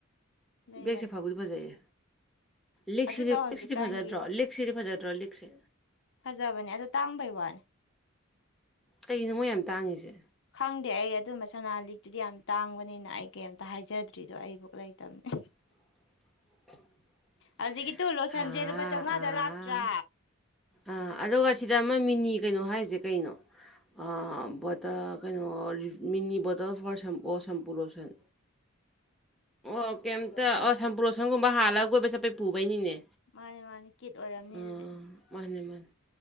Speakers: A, on the left; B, in the centre.
A: ꯂꯩꯕꯅꯦ
B: ꯕꯦꯒꯁꯦ ꯐꯕꯨ ꯒꯖꯩꯌꯦ ꯂꯤꯒꯁꯤꯗꯤ
A: ꯑꯗꯨꯗꯣ
B: ꯂꯤꯒꯁꯤꯗꯤ
A: ꯍꯧꯖꯤꯛꯀꯥꯟꯒꯤ
B: ꯐꯥꯖꯗ꯭ꯔꯣ ꯂꯤꯒꯁꯤꯗꯤ ꯐꯥꯖꯗ꯭ꯔꯣ ꯂꯤꯒꯁꯦ
A: ꯐꯖꯕꯅꯦ ꯑꯗꯣ ꯇꯥꯡꯕꯩ ꯋꯥꯅꯦ
B: ꯀꯩꯒꯤꯅꯣ ꯃꯣꯏ ꯌꯥꯝ ꯇꯥꯡꯉꯤꯁꯦ
A: ꯈꯪꯗꯦ ꯑꯩ ꯑꯗꯨꯝꯕ ꯁꯅꯥ ꯂꯤꯛꯇꯨꯗꯤ ꯌꯥꯝ ꯇꯥꯡꯕꯅꯤꯅ ꯑꯩ ꯀꯩꯝꯇ ꯍꯥꯏꯖꯗ꯭ꯔꯤꯗꯣ ꯑꯩꯕꯧ ꯂꯩꯗꯕꯅꯦ
B: <unintelligible>
A: ꯍꯧꯖꯤꯀꯤ ꯇꯣ ꯂꯣꯁꯟꯁꯦ
B: ꯑꯥ
A: ꯂꯨꯄꯥ ꯆꯧꯃꯉꯥꯗ
B: ꯑꯥ
A: ꯂꯥꯛꯇ꯭ꯔꯥ
B: ꯑꯥ ꯑꯗꯨꯒ ꯁꯤꯗ ꯑꯃ ꯃꯤꯅꯤ ꯀꯩꯅꯣ ꯍꯥꯏꯖꯦ ꯀꯩꯅꯣ ꯑꯣ
A: <unintelligible>
B: ꯕꯣꯇ ꯀꯩꯅꯣ ꯃꯤꯅꯤ ꯕꯣꯇꯜ ꯐꯣꯔ ꯁꯣ ꯁꯝꯄꯨ ꯂꯣꯁꯟ ꯑꯣ ꯀꯩꯏꯝꯇ
A: ꯂꯣꯁꯟ
B: ꯑꯣ ꯁꯝꯄꯨ ꯂꯣꯁꯟꯒꯨꯝꯕ ꯍꯥꯜꯂꯒ ꯀꯣꯏꯕ ꯆꯠꯄꯩ ꯄꯨꯕꯩꯅꯤꯅꯦ
A: ꯃꯥꯅꯤ ꯃꯥꯅꯤ ꯀꯦꯠ ꯑꯣꯏꯔꯝꯅꯤ
B: ꯑꯥ
A: ꯑꯗꯨꯗꯤ
B: ꯃꯥꯅꯦ ꯃꯥꯥꯟ